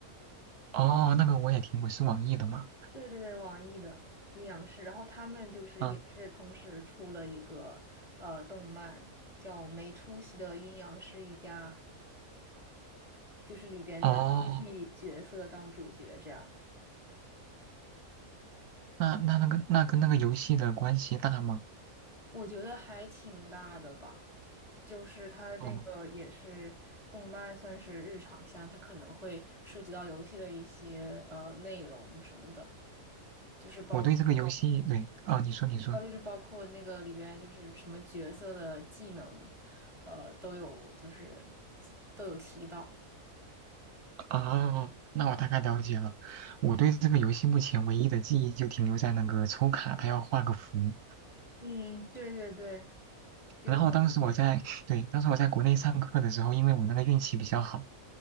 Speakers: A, on the right; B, on the right.
A: 哦，那个我也听过，是网易的嘛？
B: 对对对，网易的《阴阳师》，然后他们就是也是同时出了一个呃动漫，
A: 嗯，
B: 叫《没出息的阴阳师一家》。就是里边的戏角色当主角这样。
A: 哦，那那那个那跟那个游戏的关系大吗？
B: 我觉得还挺大的吧，就是它那个也是动漫，
A: 哦，
B: 算是日常向，它可能会涉及到游戏的一些呃内容什么的，就是包
A: 我对这个游戏，对，哦，你说你说，
B: 呃就是包括那个里边就是什么角色的技能，呃都有就是都有提到。
A: 哦，那我大概了解了。我对这个游戏目前唯一的记忆就停留在那个抽卡，它要画个符。
B: 嗯，对对对，就是比较悬疑
A: 然后当时我在，<laughs> 对，当时我在国内上课的时候，因为我那个运气比较好，